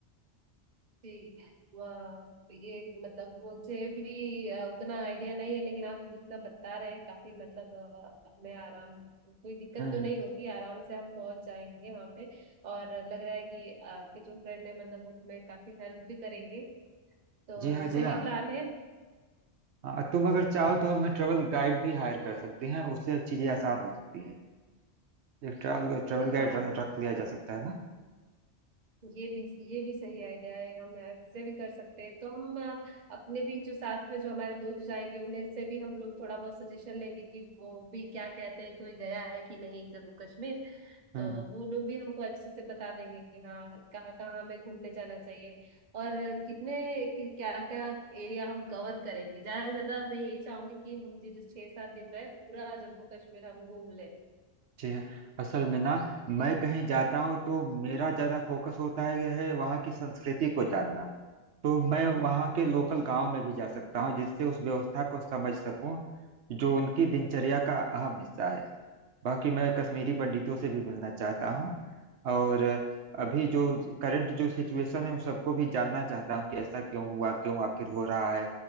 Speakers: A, on the right; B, on the right.
A: ठीक है वाह ये मतलब मुझे भी अ, उतना आइडिया नहीं है लेकिन आप जितना बता रहे हैं काफी मतलब अ, हमें आराम कोई दिक्कत
B: हम्म
A: तो नहीं
B: हम्म।
A: होगी आराम से हम पहुंच जाएंगे वहां पे और लग रहा है कि आपके जो फ्रेंड है मतलब वो हमें काफी हेल्प भी करेंगे तो
B: जी हाँ
A: सही
B: जी हाँ
A: प्लान है
B: अ, तुम अगर
A: जी
B: चाहो तो हम ट्रेवल गाइड भी हायर कर सकते हैं उससे चीजें आसान हो सकती है एक ट्रैवल ट्रैवल
A: हाँ
B: गाइड रख लिया जा सकता है ना
A: ये भी ये भी सही आइडिया है हम ऐसे भी कर सकते हैं तो हम अ, अपने भी जो साथ में जो हमारे दोस्त आएंगे उन्हें से भी हम लोग थोड़ा बहुत सजेशन लेंगे कि वो भी क्या कहते हैं कोई गया है कि नहीं जम्मू कश्मीर
B: हम्म
A: तो
B: हम्म,
A: वो लोग भी हमको अच्छे से बता देंगे कि हाँ कहाँ कहाँ हमें घूमने जाना चाहिए और कितने क्या क्या एरिया हम कवर करेंगे ज्यादा से ज्यादा मैं ये चाहूंगी कि हम ये जो छह सात दिन रहे पूरा जम्मू कश्मीर हम घूम ले
B: जी हाँ असल में ना मैं कहीं जाता हूँ तो मेरा ज्यादा फोकस होता है यह है वहाँ की संस्कृति को जानना तो मैं वहाँ के लोकल गांव में भी जा सकता हूँ जिससे उस व्यवस्था को समझ सकूँ जो उनकी दिनचर्या का अहम हिस्सा है बाकी मैं कश्मीरी पंडितों से भी मिलना चाहता हूँ और अभी जो करंट जो सिचुएशन है उन सबको भी जानना चाहता हूँ कि ऐसा क्यों हुआ क्यों आखिर हो रहा है